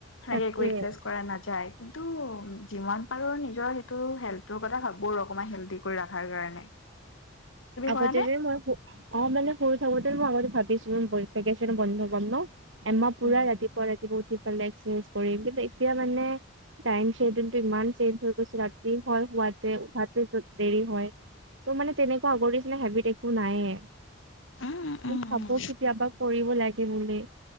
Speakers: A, on the left; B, on the right.
A: সেই
B: তাকে
A: একো এক্সেৰচাইজ কৰা নাযায়। কিন্তু যিমান পাৰো নিজৰ সেইটো হেল্থৰ কথা ভাবো আৰু অকমান হেলডি কৰি ৰখাৰ কাৰণে। <inaudible>
B: আগতে
A: কৰা নে?
B: যে মই অ মানে সৰু থাকোতে মই আগতে ভাবিছো ভেকেচন বন্ধ পাম ন। এমাহ পুৰা
A: উম
B: ৰাতিপুৱা ৰাতিপুৱা উঠি পেলাই এক্সেৰচাইজ কৰিম কিন্তু এতিয়া মানে টাইম সেইদিনটো ইমান চেইঞ্জ হৈ গৈছে ৰাতি হয় হুৱাতে উঠাতে দেৰি হয়। ত মান তেনে আগৰ নিচিনা হেবিত একো নায়েই,
A: উম উম উম
B: কোন খাব
A: উম
B: কেতিয়াবা কৰিব লাগ- কি বোলে